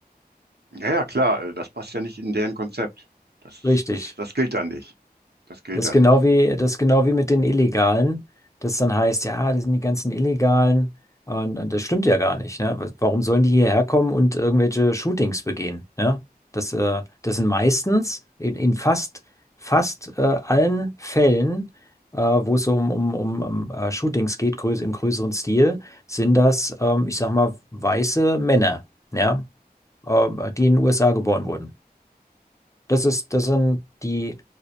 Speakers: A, on the right (about 80°); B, on the left (about 20°).
A: ja, ja, klar, äh, das passt ja nicht in deren Konzept. Das,
B: Richtig.
A: das, das gilt da nicht. Das gilt
B: Das
A: da
B: ist genau
A: nicht.
B: wie, das ist genau wie mit den Illegalen, das dann heißt, ja, das sind die ganzen Illegalen. Und, und das stimmt ja gar nicht, ne? Was- Warum sollen die hierher kommen und irgendwelche Shootings begehen, ne? Das, äh, das sind meistens in, in fast, fast äh, allen Fällen, äh, wo es so um, um, um, um äh, Shootings geht, größ im größeren Stil, sind das, ähm, ich sag mal, weiße Männer, ja, ähm, die in den USA geboren wurden. Das ist, das sind die,